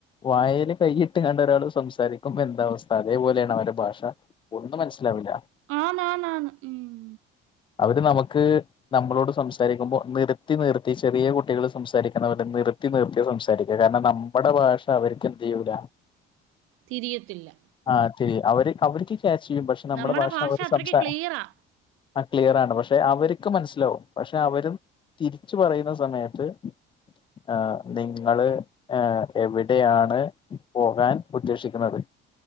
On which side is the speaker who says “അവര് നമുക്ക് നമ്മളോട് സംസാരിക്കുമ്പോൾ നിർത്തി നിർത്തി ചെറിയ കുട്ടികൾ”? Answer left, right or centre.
Left